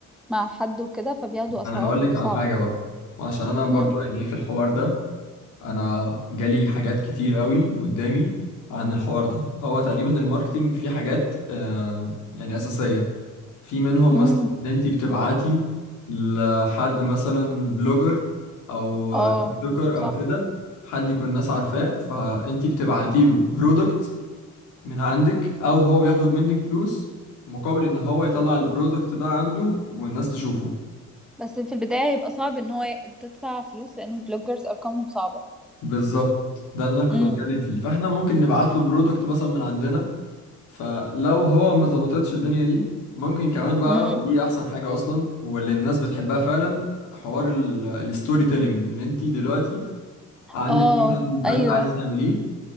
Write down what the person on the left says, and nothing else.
انا هقول لك
على حاجة بقى وعشان انا برضو
يعني ايه في الحوار ده انا جالي حاجات كتير قوي قدامي عن الحوار ده هو تقريبا الماركتينج في حاجات آه يعني اساسية في منهم
مثلا ان انت بتبعتي لحد مثلا بلوجر او
تيك توكر
او كده حد يكون الناس عارفاه فانت بتبعتي له برودكت من عندك او هو بياخد منك فلوس مقابل ان هو يطلع البرودكت ده عنده والناس تشوفه
بالظبط ده اللي انا كنت
بتكلم فيه فاحنا ممكن نبعت له برودكت مثلا من عندنا فلو هو ما ظبطتش الدنيا دي ممكن كمان بقى
ودي احسن حاجة اصلا واللي الناس بتحبها فعلا حوار ال- الستوري تيلينج ان انت دلوقتي عندك
مثلا براند
عايزة تعمليه